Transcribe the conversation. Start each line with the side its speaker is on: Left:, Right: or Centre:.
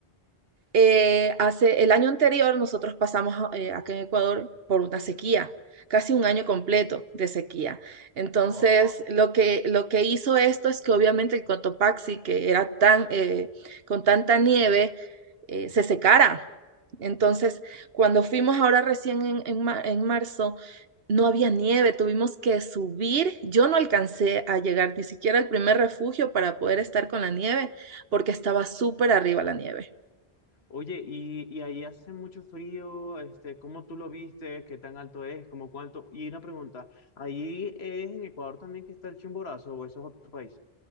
Right: Eh, hace el año anterior nosotros pasamos eh, acá en Ecuador por una sequía, casi un año completo de sequía. Entonces,
Left: Wow.
Right: lo que, lo que hizo esto es que obviamente el Cotopaxi, que era tan, eh, con tanta nieve, eh, se secara. Entonces, cuando fuimos ahora recién en, en, ma- en marzo, no había nieve, tuvimos que subir. Yo no alcancé a llegar ni siquiera al primer refugio para poder estar con la nieve, porque estaba súper arriba la nieve.
Left: Oye, y, y ahí hace mucho frío, este, ¿cómo tú lo viste? ¿Qué tan alto es? ¿Cómo cuánto? Y una pregunta, ¿ahí es en Ecuador también que está el chimborazo o eso es otro país?